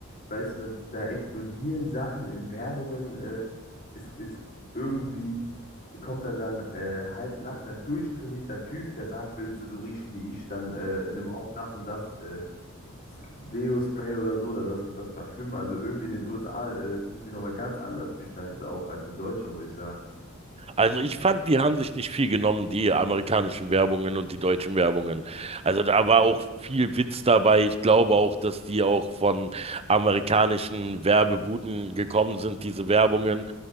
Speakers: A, on the left; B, on the right.
A: weißt du, da, da explodieren Sachen in Werbungen, äh, ist, ist irgendwie, kommt dann dann äh, halbnackter, durchtrainierter Typ, der sagt, willst du so riechen wie ich, dann äh, nimm auch das und das äh, S- Deo-Spray oder so, oder das und das Parfüm. Also irgendwie in den USA äh, sind die nochmal ganz anders gestaltet auch als in Deutschland, muss ich sagen.
B: Also ich fand, die haben sich nicht viel genommen, die amerikanischen Werbungen und die deutschen Werbungen. Also da war auch viel Witz dabei. Ich glaube auch, dass die auch von amerikanischen Werbebuden gekommen sind, diese Werbungen.